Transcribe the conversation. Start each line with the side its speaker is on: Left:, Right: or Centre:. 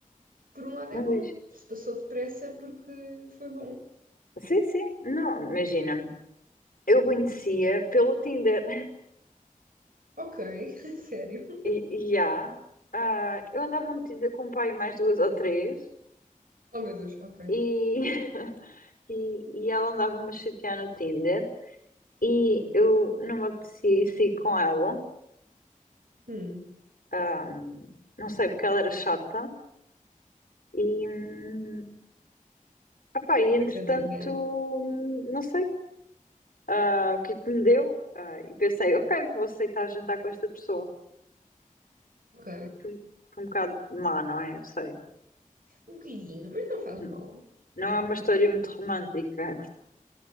Right: por um lado
Left: não
Right: é bom,
Left: diz,
Right: se passou depressa é porque foi bom.
Left: sim, sim, não, imagina, eu conhecia pelo Tinder.
Right: Ok, <laughs> sério.
Left: E, e há. Ah, eu andava metida com o pai mais duas ou três
Right: Oh meu Deus, ok.
Left: e, <laughs> e, e ela andava-me a chatear no Tinder e eu não me apetecia ir sair com ela.
Right: Hum,
Left: Ah, não sei, porque ela era chata e, hum, opá, e entretanto,
Right: coitadinha.
Left: hum, não sei, ah, o que é que me deu. Ah, e pensei, ok, vou aceitar jantar com esta pessoa.
Right: Ok,
Left: Foi um, foi um bocado má, não é? Eu sei.
Right: um bocadinho, mas não faz
Left: N-
Right: mal.
Left: Não é uma história muito romântica.